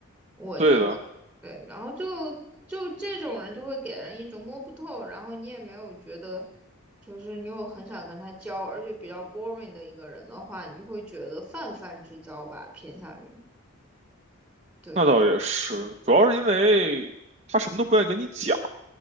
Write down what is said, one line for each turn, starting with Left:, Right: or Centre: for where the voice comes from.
Centre: 我觉得。
Right: 对的，
Centre: 对，然后就就这种人就会给人一种摸不透，然后你也没有觉得，就是你有很想跟他交，而且比较 boring 的一个人的话，你就会觉得泛泛之交吧，偏向于。对。
Right: 那倒也是，主要是因为他什么都不愿意跟你讲。